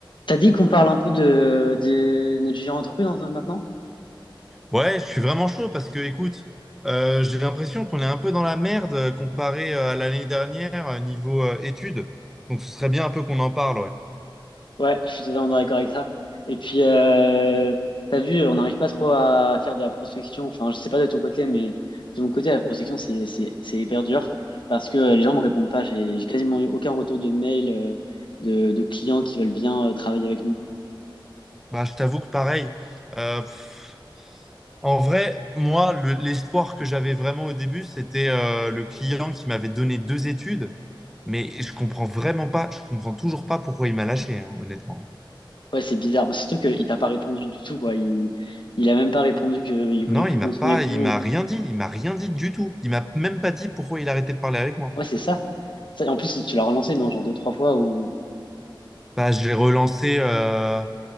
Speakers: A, on the left; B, in the centre.
A: T'as dit qu'on parle un peu de, de notre future entreprise en- maintenant?
B: Ouais, je suis vraiment chaud parce que, écoute, euh, j'ai l'impression qu'on est un peu dans la merde euh, comparé euh, à l'année dernière euh, niveau euh, études. Donc, ce serait bien un peu qu'on en parle, ouais.
A: Ouais, je suis totalement d'accord avec ça. Et puis, euh, t'as vu, on n'arrive pas trop à faire de la prospection. Enfin, je sais pas de ton côté, mais de mon côté, la prospection, c'est, c'est, c'est hyper dur parce que les gens me répondent pas. J'ai, j'ai quasiment eu aucun retour de mail, euh, de, de clients qui veulent bien euh, travailler avec nous.
B: Bah, je t'avoue que pareil. euh, pff, en vrai, moi, le- l'espoir que j'avais vraiment au début, c'était euh, le client qui m'avait donné deux études, mais je comprends vraiment pas, je comprends toujours pas pourquoi il m'a lâché, hein, honnêtement.
A: Ouais, c'est bizarre. Mais surtout qu'il t'a pas répondu du tout, quoi. Il, il a même pas répondu qu'il voulait
B: Non,
A: plus
B: il m'a
A: continuer
B: pas,
A: avec
B: il
A: nous.
B: m'a rien dit, il m'a rien dit du tout. Il m'a même pas dit pourquoi il arrêtait de parler avec moi.
A: Ouais, c'est ça. Ça, en plus, tu l'as relancé, non? Genre deux, trois fois ou.
B: Bah, je l'ai relancé. euh,